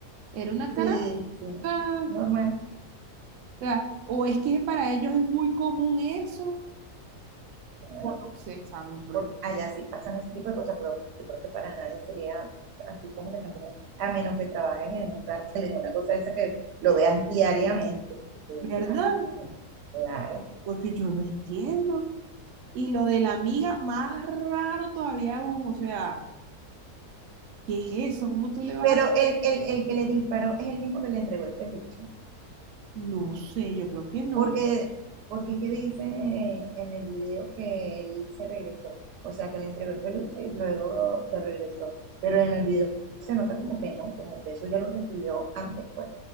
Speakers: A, on the right; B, on the right.
A: era una cara,
B: Sí,
A: o
B: sí,
A: sea, o
B: normal.
A: sea, o es que para ellos es muy común eso.
B: No, bueno,
A: o no sé, examen, por-
B: porque allá sí pasan ese tipo de cosas, pero yo creo que para nadie sería así como que tan común, a menos que trabajes en un cártel, en una cosa de esa que lo veas diariamente, que tú dices,
A: ¿verdad?
B: ah, ujú, claro.
A: Porque yo no entiendo. Y lo de la amiga, más raro todavía aún, o sea, ¿qué es eso? ¿Cómo tú le vas
B: Pero
A: a...?
B: el, el, el que le disparó es el mismo que le entregó el peluche,
A: No sé, yo creo que no.
B: porque, porque es que dice eh, en el video que él se regresó, o sea, que le entregó el peluche y luego se regresó, pero en el video se nota como que no, como que eso ya lo recibió antes, pues,